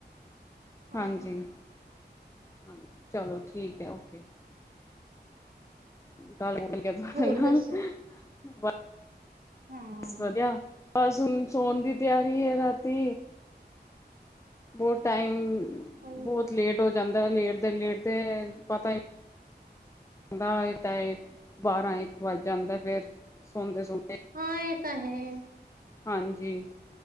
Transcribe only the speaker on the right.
ਹਾਂ
ਹਾਂ
ਹੋਰ ਦੱਸੋ ਹਾਂ ਹਾਂਜੀ
ਹਮ
ਹਾਂ, ਏ ਤਾਂ ਹੈ।